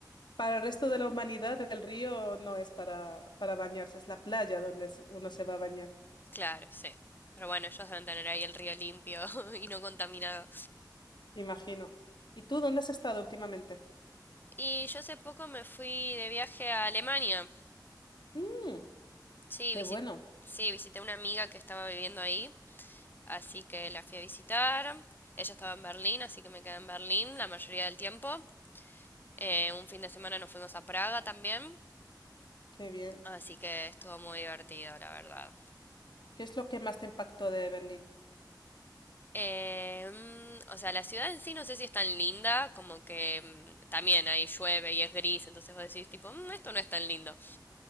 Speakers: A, on the left; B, on the left.
A: para el resto de la humanidad, el río no es para, para bañarse, es la playa donde se- uno se va a bañar,
B: Claro, sí. Pero bueno, ellos deben tener ahí el río limpio <laughs> y no contaminado.
A: imagino. ¿Y tú dónde has estado últimamente?
B: Y yo hace poco me fui de viaje a Alemania.
A: Mm,
B: Sí,
A: qué
B: visi-
A: bueno,
B: sí, visité a una amiga que estaba viviendo ahí, así que la fui a visitar. Ella estaba en Berlín, así que me quedé en Berlín la mayoría del tiempo. Eh, un fin de semana nos fuimos a Praga también,
A: qué bien.
B: así que estuvo muy divertido, la verdad.
A: ¿Qué es lo que más te impactó de Berlín?
B: Eh, mm, o sea, la ciudad en sí no sé si es tan linda, como que mm, también ahí llueve y es gris, entonces vos decís tipo, "Mm, esto no es tan lindo.